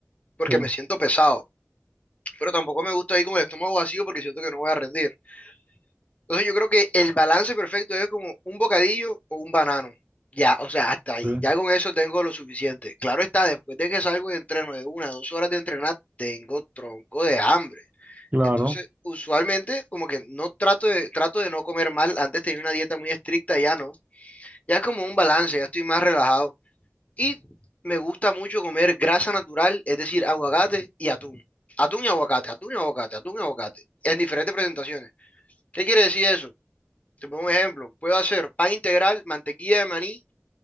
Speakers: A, on the left; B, on the right.
A: porque
B: Sí,
A: me siento pesado, pero tampoco me gusta ir con el estómago vacío porque siento que no voy a rendir. Entonces yo creo que el balance perfecto es como un bocadillo o un banano. Ya, o sea, hasta ahí.
B: sí,
A: Ya con eso tengo lo suficiente. Claro está, después de que salgo de entreno de una, a dos horas de entrenar, tengo tronco de hambre.
B: claro.
A: Entonces, usualmente, como que no trato de, trato de no comer mal. Antes tenía una dieta muy estricta, ya no. Ya es como un balance, ya estoy más relajado. Y me gusta mucho comer grasa natural, es decir, aguacate y atún. Atún y aguacate, atún y aguacate, atún y aguacate. En diferentes presentaciones. ¿Qué quiere decir eso? Te pongo un ejemplo. Puedo hacer pan integral, mantequilla de maní